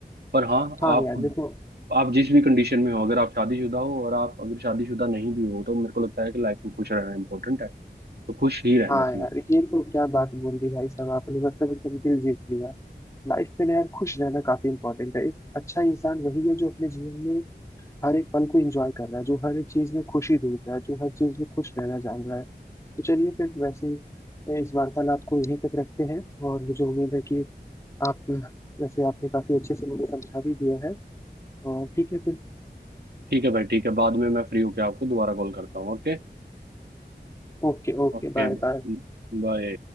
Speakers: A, on the right (about 70°); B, on the left (about 15°).
A: पर हाँ
B: हाँ
A: आप
B: यार
A: हम्म,
B: देखो
A: आप जिस भी कंडीशन में हो अगर आप शादीशुदा हो और आप अगर शादीशुदा नहीं भी हो तो मेरे को लगता है कि लाइफ में खुश रहना इंपॉर्टेंट है तो खुश ही रहना
B: हाँ
A: चाहिए
B: यार ये तो क्या बात बोल दी भाई साहब आपने मतलब एकदम दिल जीत लिया लाइफ में ना यार खुश रहना काफी इंपॉर्टेंट है एक अच्छा इंसान वही है जो अपने जीवन में हर एक पल को एंजॉय कर रहा है जो हर एक चीज में खुशी ढूंढ रहा है जो हर चीज में खुश रहना जान रहा है तो चलिए फिर वैसे ही इस वार्तालाप को यहीं तक रखते हैं और मुझे उम्मीद है कि आप वैसे आपने काफी अच्छे से मुझे समझा भी दिया है और ठीक है फिर
A: ठीक है भाई ठीक है बाद में मैं फ्री होके आपको दोबारा कॉल करता हूँ ओके
B: Okay okay
A: Okay
B: bye bye
A: bye